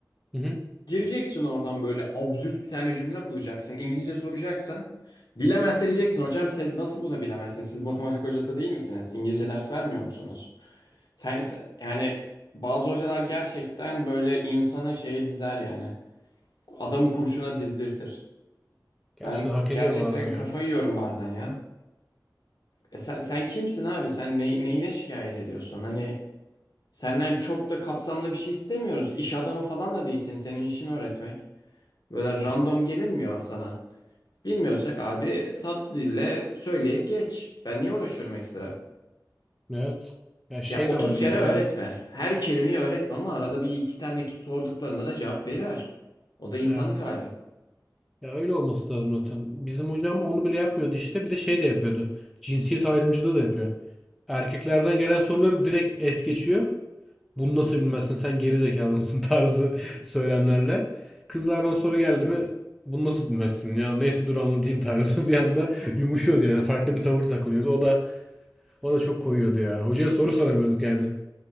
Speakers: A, in the centre; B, on the left.
A: Hı hı.
B: Gireceksin oradan böyle absürt bir tane cümle bulacaksın. İngilizce soracaksın. Bilemezse diyeceksin hocam siz nasıl bunu bilemezsiniz? Siz matematik hocası değil misiniz? İngilizce ders vermiyor musunuz? Sen, sen- yani bazı hocalar gerçekten böyle insanı şeye dizer yani. Adamı kurşuna dizdirtir.
A: Gerçekten
B: Ben
A: hak
B: gerçekten
A: ediyor bazıları
B: kafayı
A: ya.
B: yiyorum bazen ya. E sen, sen kimsin abi? Sen ne- neyine şikayet ediyorsun? Hani senden çok da kapsamlı bir şey istemiyoruz. İş adamı falan da değilsin. Senin işini öğretmek. Böyle random gelinmiyor sana. Bilmiyorsak abi tatlı dille söyle geç. Ben niye uğraşıyorum ekstra?
A: Evet. Ya şey
B: Ya 30
A: de var mesela.
B: kere öğretme. Her kelimeyi öğretme ama arada bir iki tane sorduklarına da cevap veriver. O da insanlık
A: Evet.
B: hali.
A: Ya öyle olması lazım zaten. Bizim hocam onu bile yapmıyordu işte. Bir de şey de yapıyordu. Cinsiyet ayrımcılığı da yapıyor. Erkeklerden gelen soruları direkt es geçiyor. Bunu nasıl bilmezsin sen geri zekalı mısın <laughs> tarzı söylemlerle. Kızlardan soru geldi mi bunu nasıl bilmezsin ya neyse dur anlatayım tarzı <laughs> bir anda yumuşuyordu yani farklı bir tavır takınıyordu. O da o da çok koyuyordu ya. Hocaya soru soramıyorduk yani.